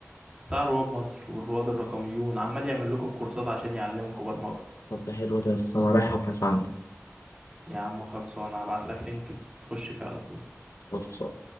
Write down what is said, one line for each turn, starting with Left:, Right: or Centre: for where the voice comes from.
Right: بتاع رواد مصر والرواد الرقميون عمال يعمل لكم في كورسات عشان يعلمكم برمجة
Left: طب ده حلو ده يا اسطى انا رايح ابحث عنه
Right: يا عم خلصانه هبعت لك لينك تخش فيه على طول
Left: خلصان